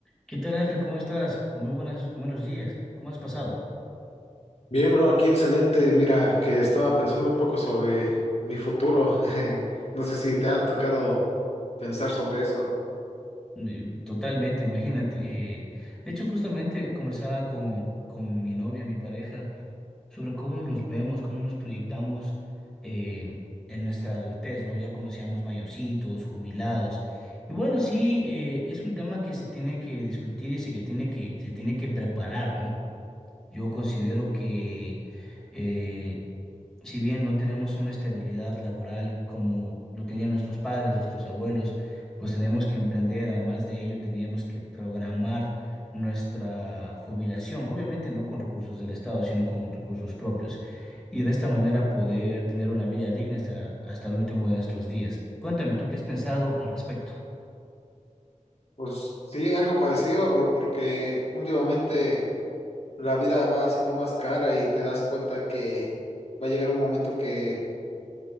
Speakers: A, in the centre; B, on the left.
A: ¿Qué tal, Ángel? ¿Cómo estás? Muy buenas, buenos días. ¿Cómo has pasado?
B: Bien, bro, aquí excelente. Mira, que estaba pensando un poco sobre mi futuro. <laughs> No sé si te ha tocado pensar sobre eso.
A: Mm, Totalmente, imagínate. eh, de hecho, justamente conversaba con, con mi novia, mi pareja, sobre cómo nos vemos, cómo nos proyectamos eh, en nuestra adultez, ¿no? Ya conocíamos mayorcitos, jubilados. Y bueno, sí, eh, es un tema que se tiene que discutir y se, que tiene que, se tiene que preparar, ¿no? Yo considero que eh, si bien no tenemos una estabilidad laboral como lo tenían nuestros padres, nuestros abuelos, pues tenemos que emprender, además de ello, teníamos que programar nuestra jubilación, obviamente no con recursos del Estado, sino con recursos propios, y de esta manera poder tener una vida digna hasta, hasta el último de nuestros días. Cuéntame, ¿tú qué has pensado al respecto?
B: Pues sí, algo parecido, bro, porque últimamente la vida va siendo más cara y te das cuenta que va a llegar un momento que,